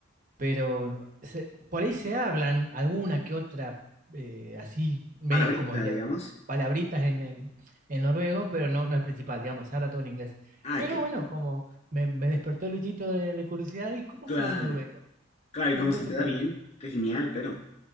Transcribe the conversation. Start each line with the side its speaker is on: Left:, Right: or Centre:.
Right: pero se- por ahí se hablan alguna que otra, eh, así, medias
Left: Palabrita,
Right: como diálogos,
Left: digamos.
Right: palabritas en, en, en noruego, pero no, no es principal, digamos, se habla todo en inglés.
Left: Ah,
Right: Pero
Left: ok.
Right: bueno, como me, me despertó el bichito de, de curiosidad, ¿y cómo
Left: Claro.
Right: será el noruego?
Left: Claro, y
Right: Entonces,
Left: cómo se te da bien. Qué genial, pero.